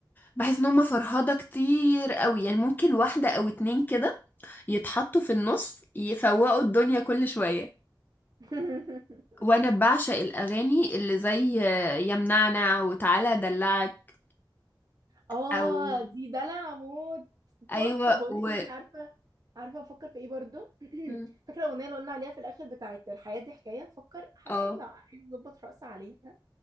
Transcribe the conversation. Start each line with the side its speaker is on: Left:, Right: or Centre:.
Left: بحس ان هم فرهضة كتير قوي يعني ممكن واحدة او اتنين كده يتحطوا في النص يفوقوا الدنيا كل شوية
Right: <laughs>
Left: وانا بعشق الاغاني اللي زي آه، يمنعنا وتعالى ادلعك
Right: اه
Left: او
Right: دي دلع موت
Left: ايوه
Right: تحفة بقولك
Left: و
Right: انت عارفة عارفة افكر في ايه برضو <clears throat>
Left: مم.
Right: فاكرة الاغنية اللي قلنا عليها في الاخر بتاعت الحياة دي حكاية بفكر حاسة
Left: اه
Right: ان عايز اظبط رأسي عليها